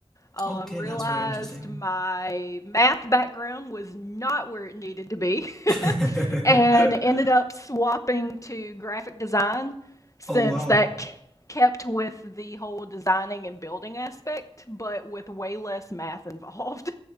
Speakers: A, on the left (about 30°); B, in the centre.
A: Um,
B: Okay,
A: realized
B: that's very interesting.
A: my math background was not where it needed to be,
B: <laughs>
A: <laughs> and ended up swapping to graphic design since
B: Oh, wow.
A: that kept with the whole designing and building aspect, but with way less math involved.